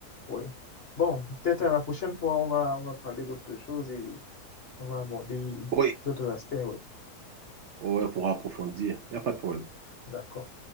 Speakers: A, on the left; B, on the right.
A: Oui. Bon, peut-être à la prochaine fois, on va, on va parler d'autres choses et on va aborder
B: Oui.
A: d'autres aspects. Oui.
B: Ouais, pour approfondir. Il n'y a pas de problème.
A: D'accord.